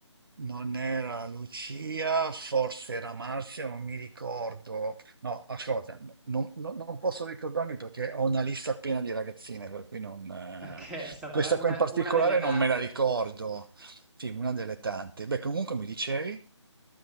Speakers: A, on the right; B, in the centre.
A: Non era Lucia, forse era Marzia, non mi ricordo. No, ascolta, non, non- non posso ricordarmi perché ho una lista piena di ragazzine, per cui non... eh,
B: Ok, è stata
A: Questa
B: la- una
A: qua in particolare
B: una delle tante.
A: non me la ricordo. Sì, una delle tante. Beh, comunque mi dicevi?